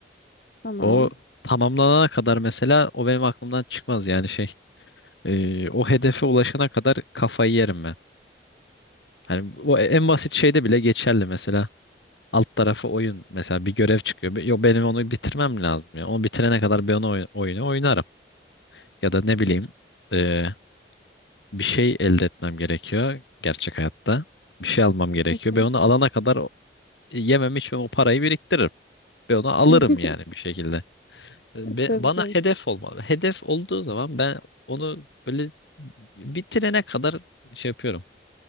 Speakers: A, on the left (about 55°); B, on the left (about 80°).
A: Tamam.
B: O tamamlanana kadar mesela o benim aklımdan çıkmaz. Yani şey e, o hedefe ulaşana kadar kafayı yerim ben. Hani o en basit şeyde bile geçerli. Mesela Alt tarafı oyun. Mesela bir görev çıkıyor. Be- Yo benim onu bitirmem lazım ya. Onu bitirene kadar ben o oy- oyunu oynarım. Ya da ne bileyim e, bir şey elde etmem gerekiyor gerçek hayatta. Bir şey almam gerekiyor.
A: <laughs>
B: Ben onu alana kadar o- yemem içmem o parayı biriktiririm. Ben onu alırım
A: <laughs>
B: yani bir şekilde. E, be-
A: Tabii
B: bana
A: canım.
B: hedef olmalı. Hedef olduğu zaman ben onu böyle bitirene kadar şey yapıyorum.